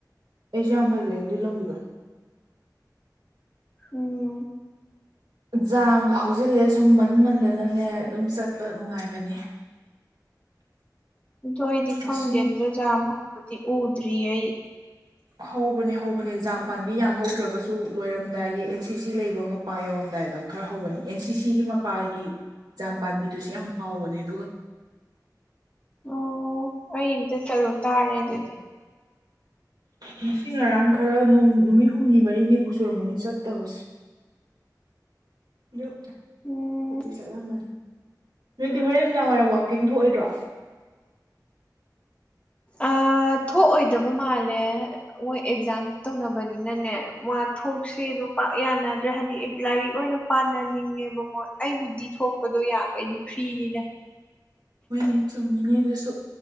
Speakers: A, on the right; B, on the left.
A: ꯑꯩꯁꯨ ꯌꯥꯝ ꯐꯖꯩꯌꯦ ꯑꯗꯨꯏ ꯂꯝꯕꯤꯗꯣ
B: <unintelligible>
A: ꯖꯥꯝꯒ ꯍꯧꯖꯤꯜꯂꯦ ꯁꯨꯝ ꯃꯟ ꯃꯟꯗꯅꯅꯦ ꯑꯗꯨꯝ ꯆꯠꯄ ꯅꯨꯡꯉꯥꯏꯕꯅꯦ
B: ꯑꯗꯣ ꯑꯩꯗꯤ ꯈꯪꯗꯦ
A: ꯑꯁꯤ
B: ꯑꯗꯨꯗ ꯖꯥꯝ ꯍꯧꯕꯗꯤ ꯎꯗ꯭ꯔꯤ ꯑꯩ
A: ꯍꯧꯕꯅꯦ ꯍꯧꯕꯅꯦ ꯖꯥꯝ ꯄꯥꯝꯕꯤ ꯌꯥꯝ ꯍꯧꯗ꯭ꯔꯒꯁꯨ ꯂꯣꯏꯔꯝꯗꯥꯏꯒꯤ ꯑꯦꯟ ꯁꯤ ꯁꯤ ꯂꯩꯕ ꯃꯄꯥ ꯌꯧꯔꯝꯗꯥꯏꯗꯣ ꯈꯔ ꯍꯧꯕꯅꯤ ꯑꯦꯟ ꯁꯤ ꯁꯤꯒꯤ ꯃꯄꯥꯒꯤ ꯖꯥꯝ ꯄꯥꯝꯕꯤꯗꯨꯁꯨ ꯌꯥꯝ ꯍꯥꯎꯕꯅꯦ ꯑꯗꯨꯒ
B: ꯑꯣ ꯑꯩ ꯑꯝꯇ ꯆꯠꯂꯨ ꯇꯥꯔꯦ ꯑꯗꯨꯗꯤ
A: ꯉꯁꯤ ꯉꯔꯥꯡ ꯈꯔ ꯅꯨ ꯅꯨꯃꯤꯠ ꯍꯨꯝꯅꯤ ꯃꯔꯤꯅꯤꯕꯨ ꯁꯨꯔꯝꯃꯅꯤ ꯆꯠꯇꯕꯁꯦ ꯑꯗꯨ
B: ꯎꯝ
A: <unintelligible> ꯆꯠꯂꯝꯃꯅꯤ ꯅꯣꯏꯗꯤ ꯍꯣꯔꯦꯟ ꯅꯨꯃꯤꯗꯥꯡ ꯋꯥꯏꯔꯝ ꯋꯥꯛꯀꯤꯡ ꯊꯣꯛꯑꯣꯏꯗ꯭ꯔꯣ
B: ꯑꯥ ꯊꯣꯛꯑꯣꯏꯗꯕ ꯃꯥꯜꯂꯦ ꯃꯣꯏ ꯑꯦꯛꯖꯥꯝ ꯇꯧꯅꯕꯅꯤꯅꯅꯦ ꯃꯥ ꯊꯣꯛꯁꯦ ꯑꯗꯨ ꯄꯥꯛ ꯌꯥꯅꯗ꯭ꯔꯦ ꯍꯥꯏꯗꯤ ꯂꯥꯏꯔꯤꯛ ꯑꯣꯏꯅ ꯄꯥꯅꯥꯅꯤꯡꯉꯦꯕ ꯃꯣꯏ ꯑꯩꯕꯨꯗꯤ ꯊꯣꯛꯄꯗꯣ ꯌꯥꯕ ꯑꯩꯗꯤ ꯐ꯭ꯔꯤꯅꯤꯅꯥ
A: ꯍꯣꯏꯅꯦ ꯆꯨꯝꯃꯤꯅꯦ ꯑꯗꯨꯁꯨ